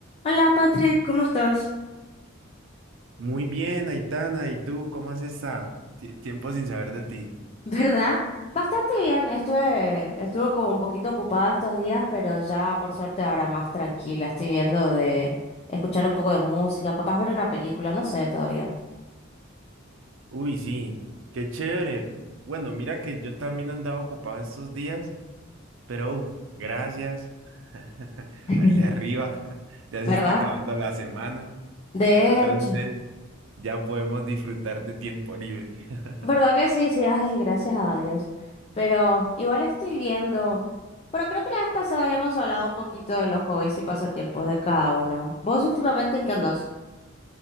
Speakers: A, on the left (about 30°); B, on the right (about 70°).
A: Hola Patrick, ¿cómo estás?
B: Muy bien, Aitana, ¿y tú cómo has estado? Ti- tiempo sin saber de ti.
A: ¿Verdad? Bastante bien. Estuve, estuve como un poquito ocupada estos días, pero ya por suerte ahora más tranquila. Estoy viendo de escuchar un poco de música, capaz ver una película, no sé todavía.
B: Uy, sí, qué chévere. Bueno, mira que yo también andaba ocupado estos días, pero uh, gracias <laughs>
A: <laughs>
B: al de arriba, <laughs> ya
A: ¿Verdad?
B: se está acabando la semana,
A: De
B: entonces
A: hecho,
B: ya podemos disfrutar de tiempo libre. <laughs>
A: ¿verdad que sí? Sí, ay, gracias a Dios. Pero igual estoy viendo. Pero creo que la vez pasada habíamos hablado un poquito de los hobbies y pasatiempos de cada uno. ¿Vos últimamente en qué andás?